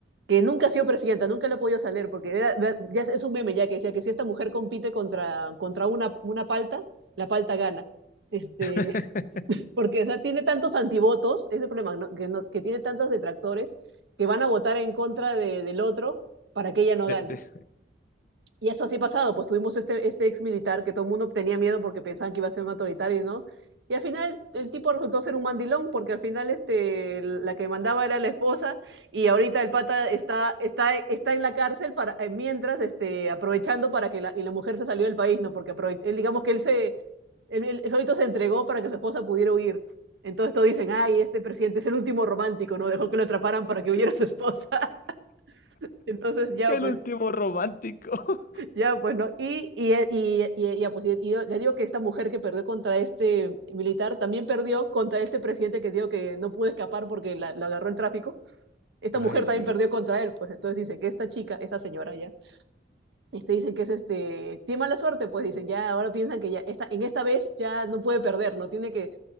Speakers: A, on the right; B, on the left.
A: que nunca ha sido presidenta, nunca le ha podido salir, porque era, era- ya es es un meme ya que decía que si esta mujer compite contra, contra una, una palta, la palta gana. Este,
B: <laughs>
A: <laughs> porque o sea, tiene tantos antivotos, ese problema, ¿no? Que, no- que tiene tantos detractores que van a votar en contra de- del otro para que ella no
B: De-
A: gane.
B: de-
A: Y eso sí ha pasado, pues tuvimos este, este ex militar que todo el mundo tenía miedo porque pensaban que iba a ser un autoritario, ¿no? Y al final el tipo resultó ser un mandilón porque al final este, la que mandaba era la esposa y ahorita el pata está, está, está en la cárcel para, eh, mientras este, aprovechando para que la, y la mujer se salió del país, ¿no? Porque aprove él, digamos que él se, él, él solito se entregó para que su esposa pudiera huir. Entonces todos dicen, ay, este presidente es el último romántico, ¿no? Dejó que lo atraparan para que huyera su esposa. <laughs> Entonces ya,
B: El
A: pues,
B: último romántico.
A: ya, bueno, y, y, eh, y, y- y- ya, pues, y- y yo- le digo que esta mujer que perdió contra este militar también perdió contra este presidente que digo que no pudo escapar porque la, la agarró el tráfico. Esta
B: <laughs> Ay,
A: mujer también
B: Dios.
A: perdió contra él, pues entonces dicen que esta chica, esta señora ya, este, dicen que es este, tiene mala suerte, pues dicen ya, ahora piensan que ya, esta, en esta vez ya no puede perder, no tiene que,